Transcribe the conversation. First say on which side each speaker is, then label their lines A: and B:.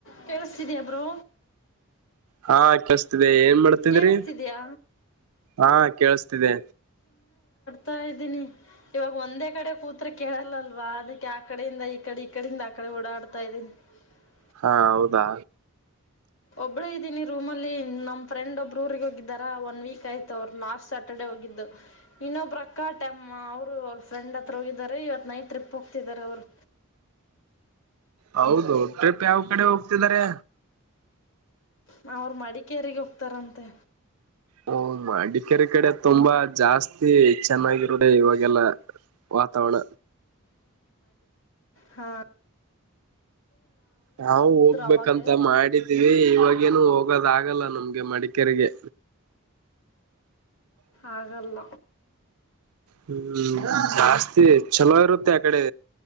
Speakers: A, on the left; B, on the right.
A: ಕೇಳಿಸತಿದಿಯಬ್ರು
B: ಹಾ ಕಸ್ತೀ ಅದೇ ಏನ್ ಮಾಡ್ತಿದ್ರಿ
A: ಕೇಳಿಸ್ತಿದ್ಯಾ
B: ಹಾ ಕೇೇಳಸ್ತಿದೆ
A: ತಾಯ ದಿನಿ ಇವಾಗ ಒಂದೇ ಕಡೆ ಕೂತ್ ಕೇಳಲ್ಲಲ್ವಾ ಅದಕ್ಕೆ ಆ ಕಡೆಯಿಂದ ಈ ಕಡೆ ಈ ಕಡಿಂದ ಆ ಕಡೆ ಓಡಾಡ್ತಾ ಇದ್ದೀನಿ ಹ <inaudible>
B: ಹಾ ಹೌದಾ
A: ಒಬ್ಬಳೇ ಇದ್ದೀನಿ ರೂಮಲ್ಲಿ ನಮ್ಮ ಫ್ರೆಂಡ್ ಒಬ್ಬ್ರ ಊರಿಗೆ ಹೋಗಿದ್ದಾರಾ ಒನ್ ವೀಕ್ ಆಯತ ಅವರು ಲಾಸ್ಟ್ ಸ್ಯಾಟರ್ಡೇ ಹೋಗಿದ್ದು ಇನ್ನೊಬ್ಬ್ರ ಕಾಟಮ್ಮ ಅವರು ಫ್ರೆಂಡ್ ಹತ್ರ ಹೋಗಿದ್ದಾರೆ ಇವತ್ ನೈಟ್ ಟ್ರಿಪ್ ಹೋಗ್ತಿದ್ದಾರೆ ಅವರು
B: ಹೌದು ಟ್ರಿಪ್ ಯಾವ ಕಡೆ ಹೋಗ್ತಿದ್ದಾರೆ
A: ನಾ ಅವ್ರ ಮಡಿಕೇರಿಗೆ ಹೋಗ್ತಾರಂತೆ
B: ಹಓ ಮಡಿಕೇರಿ ಕಡೆ ತುಂಬಾ ಜಾಸ್ತಿ ಚೆನ್ನಾಗಿರು ಇವಾಗೆಲ್ಲ ವತವಣ
A: ಹಾ
B: ನಾವವು ಹೋಗ್ಬೇಕಂತ
A: ಅವಾಗೇ
B: ಮಾಡಿದೀವಿ ಇವಾಗೇನು ಹೋಗ ಹೋಗೋದ ಆಗಲ್ಲ ನಮ್ಗೆ ಮಡಿಕೇರಿಗೆ
A: ಆಗಲ್ಲ
B: ಹ್ಮ್
A: ಹ್ಮ್
B: ಜಾಸ್ತಿ ಚಲೋ ಇರುತ್ತೆ ಯ ಕಡೆ